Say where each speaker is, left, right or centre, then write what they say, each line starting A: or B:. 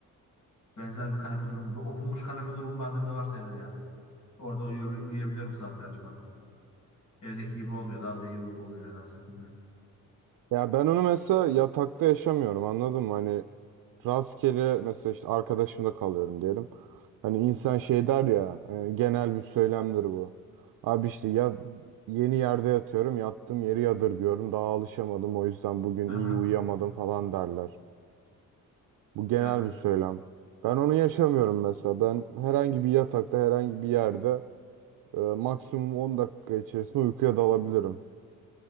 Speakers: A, on the left (about 75°); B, on the right (about 80°).
A: Benzer bir kanepe durumu. Bir okunmuş kanepe durumu bende de var sayılır yani. Orada uyuyor, uyuyabiliyorum saatlerce ben de. Evdeki gibi olmuyor. Daha da iyi oluyor nedense bilmiyorum.
B: Ya ben onu mesela yatakta yaşamıyorum anladın mı? Hani rastgele mesela işte arkadaşımda kalıyorum diyelim. Hani insan şey der ya e, genel bir söylemdir bu. Abi işte ya yeni yerde yatıyorum yattığım yeri yadırgıyorum daha alışamadım o yüzden bugün
A: Aha,
B: iyi uyuyamadım falan derler. Bu genel
A: evet.
B: bir söylem. Ben onu yaşamıyorum mesela. Ben herhangi bir yatakta herhangi bir yerde e, maksimum 10 dakika içerisinde uykuya dalabilirim.